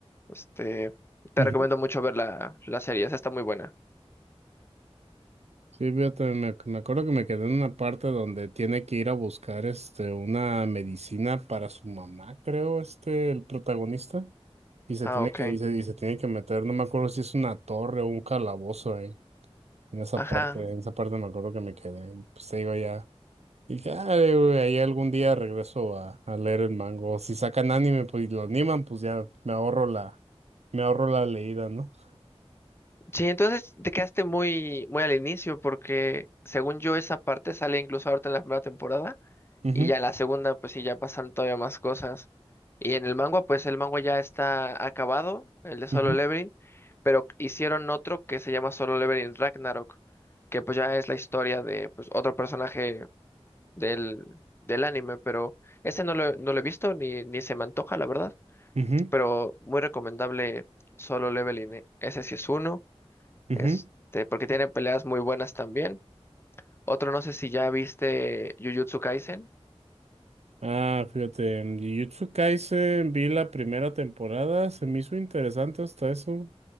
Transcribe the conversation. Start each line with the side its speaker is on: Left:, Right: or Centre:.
Left: este, te
Right: ujú.
Left: recomiendo mucho ver la, la serie. Esa está muy buena.
Right: Sí, fíjate, me, ac- me acuerdo que me quedé en una parte donde tiene que ir a buscar este, una medicina para su mamá, creo, este, el protagonista. Y se
Left: Ah,
Right: tiene
Left: ok.
Right: que, y se, y se tiene que meter, no me acuerdo si es una torre o un calabozo En esa
Left: Ajá.
Right: parte, en esa parte me acuerdo que me quedé. Pues se iba ya. Y dije, ah, güey, ahí algún día regreso a, a leer el mango. Si sacan anime, pues y lo animan, pues ya me ahorro la, me ahorro la leída, ¿no?
Left: Sí, entonces te quedaste muy, muy al inicio, porque según yo esa parte sale incluso ahorita en la primera temporada,
Right: Ujú,
Left: y ya en la segunda, pues sí, ya pasan todavía más cosas. Y en el manga, pues el manga ya está acabado, el de Solo
Right: ujú,
Left: Leveling, pero hicieron otro que se llama Solo Leveling Ragnarok, que pues ya es la historia de pues, otro personaje del, del anime, pero ese no lo, no lo he visto ni, ni se me antoja, la verdad,
Right: ujú,
Left: pero muy recomendable Solo Leveling, ¿eh? Ese sí es uno.
Right: ujú.
Left: Este, porque tiene peleas muy buenas también. Otro, no sé si ya viste Jujutsu Kaisen.
Right: Ah, fíjate, en Jujutsu Kaisen vi la primera temporada, se me hizo interesante hasta eso.